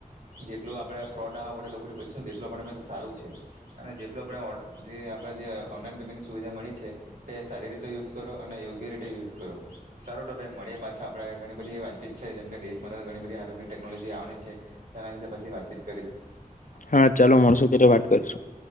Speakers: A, on the right; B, on the left.
A: જેટલું આપણે ફ્રોડ આવા બધા લોકોથી બચીશુંને તેટલું આપણે માટે સારું છે અને જેટલું આપણે જે આપણે જે ઓનલાઈન પેમેન્ટ સુવિધા મળી છે તે સારી રીતે યુ કરો અને યોગ્ય રીતે યુઝ કરો સારો ટો ભાઈ મળીએ પાછા આપણે ઘણી બધી વાતચીત છે જેમ કે ઘણી બધી હારની ટેકનોલોજી આવે છે તેના વિ પછી વાતચીત કરીશું.
B: હા ચાલો મળશું ત્યારે વાત કરીશું